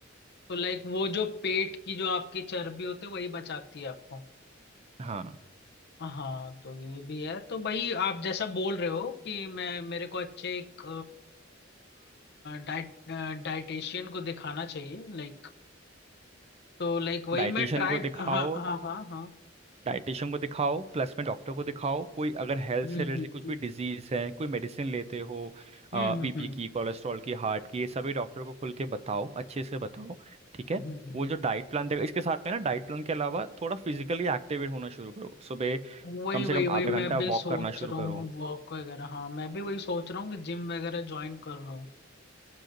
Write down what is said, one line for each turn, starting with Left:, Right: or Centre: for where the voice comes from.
Left: तो लाइक वो जो पेट की जो आपकी चर्बी होती है वही बचाती है आपको
Right: हाँ
Left: हाँ तो ये भी है तो भाई आप जैसा बोल रहे हो कि मैं मेरे को अच्छे एक डाइट डाइटेशियन को दिखाना चाहिए लाइक तो लाइक वही
Right: डाइटिशियन
Left: मैं ट्राई
Right: को दिखाओ
Left: हाँ हाँ हाँ हाँ
Right: डाइटिशियन को दिखाओ प्लस में डॉक्टर को दिखाओ कोई अगर हेल्थ
Left: हम्म
Right: से रिलेटेड
Left: हम्म
Right: कुछ
Left: हम्म
Right: भी डिजीज है कोई मेडिसिन लेते हो
Left: हम्म
Right: बीपी
Left: हम्म
Right: की कोलेस्ट्रॉल की हार्ट की ये सभी डॉक्टर को खुल के बताओ अच्छे से बताओ ठीक है
Left: हम्म, हम्म। हम्म।
Right: वो जो डाइट प्लान देगा इसके साथ में ना डाइट प्लान के अलावा थोड़ा फिजिकली एक्टिवेट होना शुरू करो सुबह
Left: वही
Right: कम से
Left: वही
Right: कम
Left: वही
Right: आधा
Left: मैं
Right: घंटा
Left: भी
Right: वॉक
Left: सोच
Right: करना शुरू
Left: रहा
Right: करो
Left: हूँ वॉक वगैरह हाँ मैं भी वही सोच रहा हूँ कि जिम वगैरह ज्वाइन कर लूँ